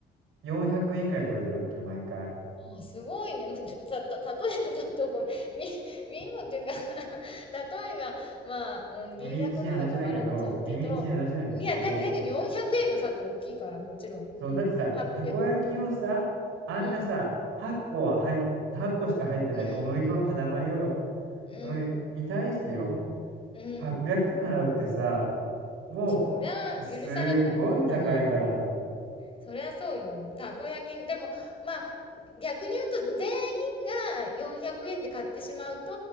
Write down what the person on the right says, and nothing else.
400円以下で食べてるわけよ、毎回。
耳っちい話だけど、
耳っちい話なんですけど、
そう、
だってさ、
たこ焼きをさ、
あんなさ、
8個は入っ、個しか入ってない小麦粉の塊をよ、
おいに対してよ、
800円払うってさ、も
う、すっごい高いから。